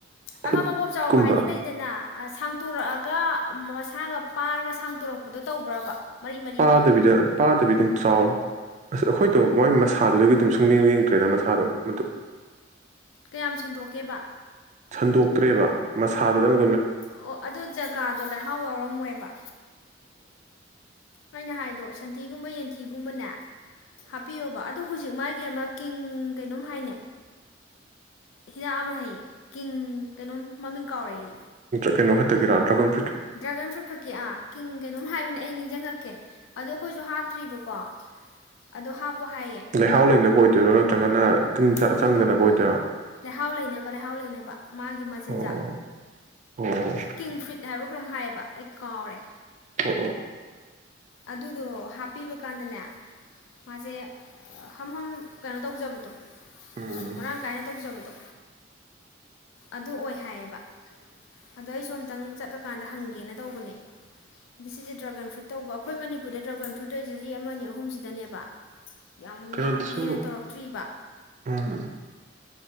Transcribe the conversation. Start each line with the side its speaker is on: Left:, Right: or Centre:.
Left: ꯑꯃ
Right: ꯈꯨꯠꯀꯨꯝꯕ
Left: ꯃꯕꯣꯞ ꯆꯥꯎꯕ ꯍꯥꯏꯗꯤ ꯂꯩꯗꯅ ꯁꯥꯡꯇꯣꯔꯛꯑꯒ ꯃꯁꯥꯒ ꯄꯥꯔꯒ ꯁꯥꯡꯇꯣꯔꯛꯄꯗꯣ ꯇꯧꯕ꯭ꯔꯕ ꯃꯔꯤ ꯃꯔꯤ
Right: ꯄꯥꯗꯕꯤꯗ
Left: ꯃꯔꯤ
Right: ꯄꯥꯗꯕꯤ ꯑꯗꯨꯝ ꯆꯥꯎꯔꯦ ꯑꯁ ꯑꯩꯈꯣꯏ ꯑꯣ ꯃꯣꯏ ꯃꯁꯥꯗꯨꯗꯒꯤ ꯑꯗꯨꯝ ꯁꯨꯡꯂꯦꯡ ꯂꯦꯡꯗ꯭ꯔꯦꯗ ꯃꯁꯥꯗꯣ ꯃꯗꯨ
Left: ꯀꯌꯥꯝ ꯁꯟꯗꯣꯛꯀꯦꯕ
Right: ꯁꯟꯗꯣꯛꯇ꯭ꯔꯦꯕ ꯃꯁꯥꯗꯗꯪ
Left: ꯑꯣ ꯑꯗꯨ ꯖꯒꯥꯗꯣ ꯂꯩꯍꯥꯎ ꯌꯥꯎꯔꯝꯃꯣꯏꯕ ꯑꯩꯅ ꯍꯥꯏꯗꯣ ꯁꯟꯊꯤꯒꯨꯝꯕ ꯌꯦꯟꯊꯤꯒꯨꯝꯕꯅꯦ ꯍꯥꯄꯤꯑꯣꯕ ꯑꯗꯨ ꯑꯗꯣ ꯍꯧꯖꯤꯛ ꯃꯥꯒꯤ ꯑꯃ ꯀꯡ ꯀꯩꯅꯣꯝ ꯍꯥꯏꯅꯦ ꯍꯤꯗꯥꯛ ꯑꯃ ꯍꯥꯏꯌꯦ ꯀꯡ ꯀꯩꯅꯣꯝ ꯃꯃꯤꯡ ꯀꯥꯎꯔꯛꯑ ꯑꯩ
Right: ꯀꯩꯅꯣꯛꯇ ꯗꯔꯒꯔꯣꯟ
Left: ꯗ꯭ꯔꯥꯒꯟ ꯐ꯭ꯔꯨꯠ ꯈꯛꯀꯤ ꯑꯥ ꯀꯤꯡ ꯀꯩꯅꯣꯝ ꯍꯥꯏꯕꯅꯦ ꯑꯩ ꯅꯤꯡꯁꯤꯡꯉꯛꯀꯦ ꯑꯗꯣ ꯑꯩꯈꯣꯏꯁꯨ ꯍꯥꯞꯇ꯭ꯔꯤꯕꯀꯣ ꯑꯗꯣ ꯍꯥꯞꯄꯣ ꯍꯥꯏꯌꯦ
Right: ꯂꯩꯍꯥꯎ ꯂꯩꯅꯕ ꯑꯣꯏꯗꯣꯏꯔꯣ ꯅꯠꯇ꯭ꯔꯒꯅ ꯇꯤꯟ
Left: ꯍꯣ ꯍꯣꯏ
Right: ꯆꯪꯗꯅꯕ
Left: ꯍꯣꯏ
Right: ꯑꯣꯏꯗꯣꯏꯔꯣ
Left: ꯂꯩꯍꯥꯎ ꯂꯩꯅꯕ ꯂꯩꯍꯥꯎ ꯂꯩꯅꯕ ꯃꯥꯒꯤ ꯃꯆꯤꯟꯖꯥꯛ
Right: ꯑꯣ ꯑꯣ ꯑꯣ
Left: ꯀꯤꯡꯗꯝ ꯐ꯭ꯔꯤꯠ ꯈ꯭ꯔꯝ ꯍꯥꯏꯌꯦꯕ ꯑꯩ ꯀꯥꯎꯔꯦ
Right: ꯑꯣ ꯑꯣ
Left: ꯑꯗꯨꯗꯣ ꯍꯥꯞꯄꯤꯕ ꯀꯥꯟꯗꯅꯦ ꯃꯥꯁꯦ ꯍꯝꯐꯝꯝ ꯀꯩꯅꯣ ꯇꯧꯖꯕꯗꯣ
Right: ꯎꯝ
Left: ꯃꯔꯥꯡ ꯀꯥꯏꯅ ꯇꯧꯖꯕꯗꯣ ꯑꯗꯨ ꯑꯣꯏ ꯍꯥꯏꯌꯦꯕ ꯑꯗꯣ ꯑꯩꯁꯨ ꯑꯝꯇꯪ ꯆꯠꯂꯀꯥꯟꯗ ꯍꯪꯒꯦꯅ ꯇꯧꯕꯅꯦ ꯑꯗ ꯁꯤꯁꯦ ꯗ꯭ꯔꯥꯒꯟ ꯐ꯭ꯔꯨꯏꯠ ꯇꯧꯕ ꯑꯩꯈꯣꯏ ꯃꯅꯤꯄꯨꯔꯗ ꯗ꯭ꯔꯥꯒꯟ ꯐ꯭ꯔꯨꯏꯠꯇ ꯑꯣꯏꯁꯦ ꯆꯍꯤ ꯑꯃꯅꯤ ꯑ ꯑꯍꯨꯝꯁꯤꯗꯅꯦꯕ ꯌꯥꯝ
Right: ꯀꯩꯅꯣꯗꯁꯨ
Left: ꯌꯥꯝ ꯍꯦꯟꯅ ꯇꯧꯔꯛꯇ꯭ꯔꯤꯕ
Right: ꯎꯝ